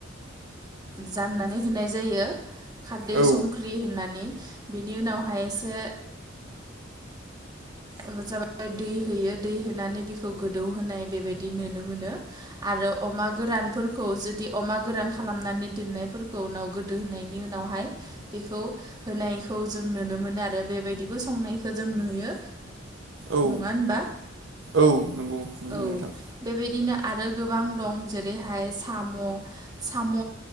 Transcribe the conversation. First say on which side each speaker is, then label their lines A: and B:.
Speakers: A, on the right; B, on the right.
A: जाननानै होनाय जायो खारदै
B: औ
A: संख्रि होननानै बेनि उनावहाय एसे ओ जाबाय दै होयो दै होनानै बेखौ गोदौ होनोनाय बेबायदि नुनो मोनो आरो अमा गोरानफोरखौ जुदि अमा गोरान खालामनानै दोननायफोरखौ उनाव गोदो होनायनि उनावहाय बेखौ होनायखौ जों नुनो मोनो आरो बेबायदिबो संनायखौ जों नुयो।
B: औ
A: नङा होनबा
B: औ नंगौ नुयो
A: औ
B: नोंथां
A: बेबायदिनो आरो गोबां दं जेरैहाय साम' साम'